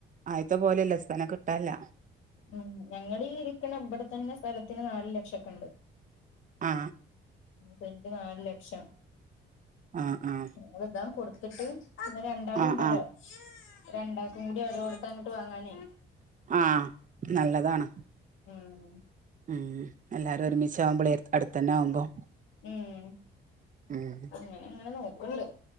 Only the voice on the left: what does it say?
ഉം ഞങ്ങളീ ഇരിക്കണ ഇവിടെ തന്നെ സ്ഥലത്തിന് നാല് ലക്ഷക്കണ്ട്
സെന്റ് നാല് ലക്ഷം
ഞങൾതങ് കൊടുത്തിട്ട്. ഇന്ന് രണ്ടാളുണ്ടല്ലോ
രണ്ടാൾക്കും കൂടി ഓരോടത്ത് അങ്ങട്ട് വാങ്ങാനേ
ഉം
ഉം
അങ്ങനെ ഇങ്ങനെ നോക്കണ്ട്